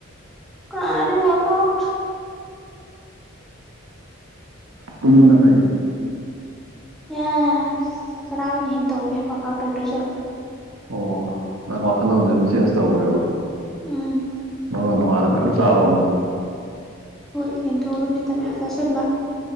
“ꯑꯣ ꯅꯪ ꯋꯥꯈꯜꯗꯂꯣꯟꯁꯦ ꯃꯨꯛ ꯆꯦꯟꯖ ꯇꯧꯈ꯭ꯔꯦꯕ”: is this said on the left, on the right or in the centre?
Right